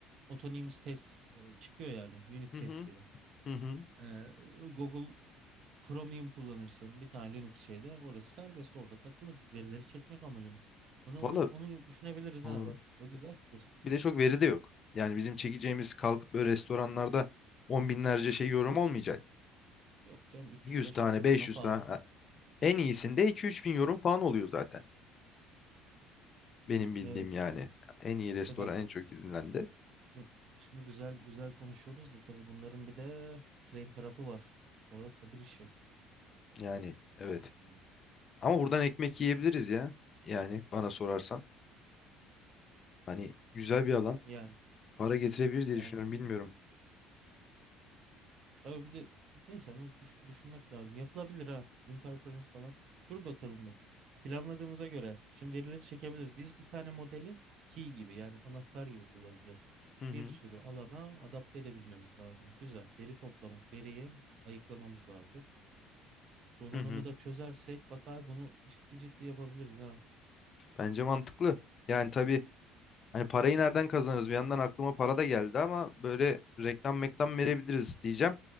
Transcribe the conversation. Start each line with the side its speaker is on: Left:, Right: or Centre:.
Right: autonomous test e, çıkıyor yani unit
Left: Hı
Right: test
Left: hı
Right: gibi.
Left: hı hı.
Right: Ee, Google Chromium kullanırsın. Bir tane Linux şeyde. Orası serbest. Orada takılırız. Verileri çekmek amacımız. Onu,
Left: Valla
Right: onu, onu düşünebiliriz
Left: doğru.
Right: ha bak. O güzel fikir.
Left: bir de çok veri de yok. Yani bizim çekeceğimiz kalkıp böyle restoranlarda on binlerce şey yorum olmayacak.
Right: Yok canım 300-500
Left: 100 tane,
Right: yorumdan
Left: 500
Right: fazla
Left: tane.
Right: alın.
Left: Ha, En iyisinde iki üç bin yorum falan oluyor zaten. Benim bildiğim
Right: Evet
Left: yani.
Right: ama
Left: En iyi restoran
Right: işte bak
Left: en çok gidilendi.
Right: şu- şimdi güzel güzel konuşuyoruz da tabii bunların bir de train tarafı var. Orada sabır işi.
Left: Yani evet.
Right: Hmm,
Left: Ama buradan ekmek
Right: kesin.
Left: yiyebiliriz ya. Yani bana sorarsan. Hani güzel bir alan.
Right: Yani
Left: Para getirebilir diye
Right: yani
Left: düşünüyorum. Bilmiyorum.
Right: Tabii bir de neyse onu düş- düşünmek lazım. Yapılabilir ha. Interference falan. Dur bakalım bir. Planladığımıza göre şimdi verileri çekebiliriz. Biz bir tane modeli key gibi yani anahtar gibi kullanacağız.
Left: Hı hı.
Right: Bir sürü alana adapte edebilmemiz lazım. Güzel. Veri toplamak, veriyi ayıklamamız lazım. Donanımı
Left: Hı hı.
Right: da çözersek bak abi bunu ciddi ciddi yapabiliriz ha.
Left: Bence mantıklı. Yani tabii Hani parayı nereden kazanırız? Bir yandan aklıma para da geldi ama böyle reklam meklam verebiliriz diyeceğim.